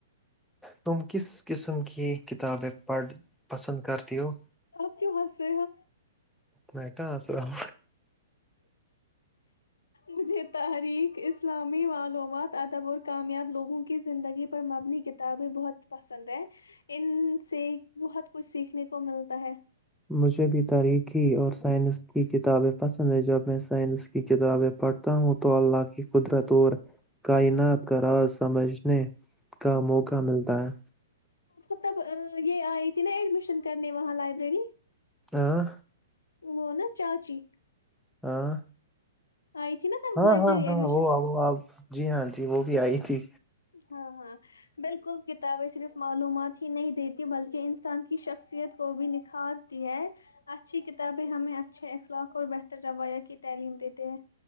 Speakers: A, in the centre; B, on the left (about 80°).
A: تم کس قسم کی کتابیں پڑھ پسند کرتی ہو
B: سب کیوں ہنس رہے ہو
A: میں کہاں الام
B: مجھے تارییک اسلامی معلومات تدب اور کامیاب لوگوں کی زندگی پر مبنی کتابیں بہت پسند ہے ان سے بہت کچھ سیکھنے کو ملتا ہے
A: مجھے بھی تاریخی اور سائنس کی کتابیں پسند ہیں جب میں سائنس کی کتابیں پڑھتا ہوں تو اللہ کی قدرت اور کائنات کا راز سمجھنے کا موقع ملتا ہے
B: مطلب یہ آئی تھی نا ایڈمشن کرنے وہاں لائبریری
A: ہ <inaudible>
B: وہ نا چاچی
A: ہاں
B: آئی تھی نا تب
A: ہاں
B: لائبریری
A: ہاں ہاں
B: ایڈمیشن
A: وہ آ آپ جی ہاں جی وہ بھی آئی تھی
B: ہاں ہاں بالکل کتابیں صرف معلومات نہیں دیتی بلکہ انسان کی شخصیت کو بھی نکھارتی ہے اچھی کتابیں ہمیں اچھے اخلاق اور بہتر رویہ کی تعلیم دیتے ہیں